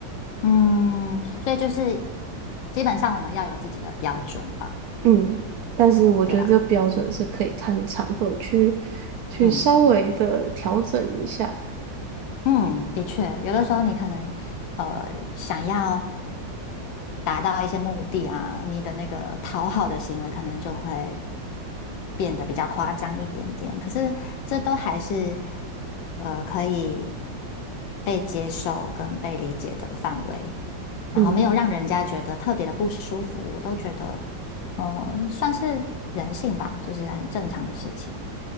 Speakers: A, on the left; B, on the right.
A: 嗯，嗯所以就是基本上我们要有自己的标准吧，
B: 嗯，但是我觉得这个标准是可以看场合去
A: 对吧？嗯
B: 去稍微的调整一下。
A: 嗯。嗯，的确，有的时候你可能呃想要达到一些目的啊，你的那个讨好的行为可能就会变得比较夸张一点点。可是这都还是呃可以被接受跟被理解的范围，然后没有让人家觉得特别的不舒服，
B: 嗯，
A: 我都觉得嗯、呃算是人性吧，就是很正常的事情。